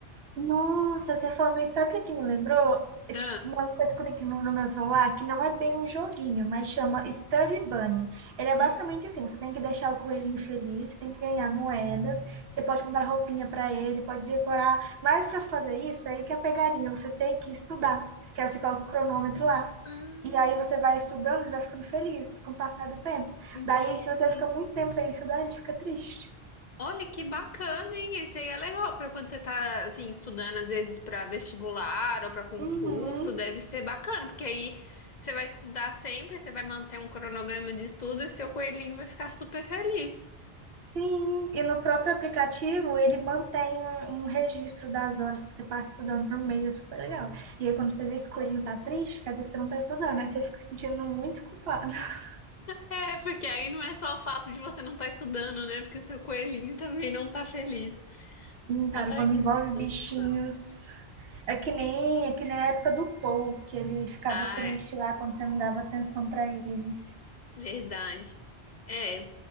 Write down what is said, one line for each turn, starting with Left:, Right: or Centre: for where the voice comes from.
Right: Nossa, você falando isso, sabe o que que me lembrou? É
Left: Ah,
Right: tipo uma coisa que eu tenho aqui no, no meu celular, que não é bem um joguinho, mas chama Study Bunny. Ele é basicamente
Left: Hum.
Right: assim, você tem que deixar o coelhinho feliz, você tem que ganhar moedas, você pode comprar roupinha para ele, pode decorar, mas para fazer isso, aí que é a pegadinha, você tem que estudar, que aí você coloca o cronômetro lá.
Left: ah,
Right: E aí você vai estudando, ele vai ficando feliz com o passar do tempo.
Left: entendi.
Right: Daí, se você fica muito tempo sem estudar, ele fica triste.
Left: Olha que bacana, hein? Esse aí é legal para quando você tá assim estudando às vezes para vestibular ou para concurso,
Right: Uhum.
Left: deve ser bacana, porque aí você vai estudar sempre, você vai manter um cronograma de estudo e seu coelhinho vai ficar super feliz.
Right: Sim, e no próprio aplicativo ele mantém um um registro das horas que você passa estudando por mês, é super legal. E aí quando você vê que o coelhinho tá triste, quer dizer que você não tá estudando, aí você fica se sentindo muito culpado. <laughs>
Left: É, porque aí não é só o fato de você não estar estudando, né? Porque seu coelhinho também não tá feliz.
Right: Sim, cara,
Left: Ai,
Right: quando
Left: que
Right: envolve
Left: sensacional.
Right: bichinhos, é que nem, é que nem a época do Paul, que ele ficava
Left: Ah,
Right: triste
Left: é,
Right: lá quando você não dava atenção pra ele.
Left: verdade. É.